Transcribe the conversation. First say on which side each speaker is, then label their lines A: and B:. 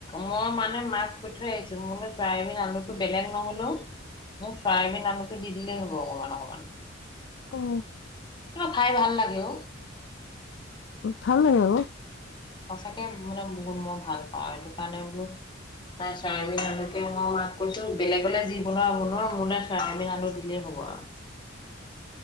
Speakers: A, on the left (about 25°); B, on the left (about 60°).
A: মই মানে মাক কৈ থৈ আহিছো। বোলো চয়াবিন আলুটো বেলেগ নহলেও মোক চয়াবিন আলুটো দি দিলেই হ'ব অকমান অকমান।
B: অঁ।
A: কিন্তু খাই ভাল লাগে অ
B: ভাল লাগে অঁ।
A: সঁচাকে মানে বহুত মই ভাল পাওঁ সেইটো কাৰণে বোলো নাই চয়াবিন আলুকে মই মাক কৈছো বেলেগ বেলেগ যি বনোৱা বনোৱা। মোলে চয়াবিন আলু দিলেই হ'ব আৰু।